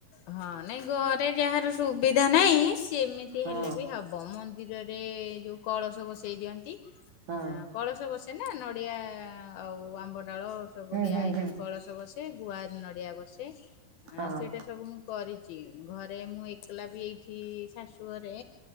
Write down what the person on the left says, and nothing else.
ହଁ ନାଇଁ ଘରେ ଯାହାର ସୁବିଧା ନାହିଁ ସେମିତି
ହେଲେ ବି ହ ବ ମନ୍ଦିରରେ ଯୋଉ କଳସ ବସେଇ ଦିଅନ୍ତି।
ଆଁ କଳସ ବସେନା ନଡ଼ିଆ ଆଉ ଆମ୍ବ ଡାଳ ସବୁ
ଦିଆ
ହେଇକିରି
କଳସ ବସେ। ସେ ଗୁଆ ନଡିଆ ବସେ ଆ
ସେଇଟା ସ ସବୁ ମୁଁ କରିଛି। ଘରେ ମୁଁ ଏକଲା ବି ଏଇଠି ଶାଶୁ ଘରେ